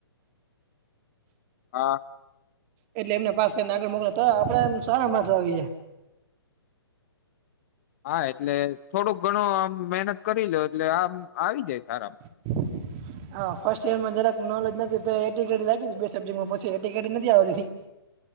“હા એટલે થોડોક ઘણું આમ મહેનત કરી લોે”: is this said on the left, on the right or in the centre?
Left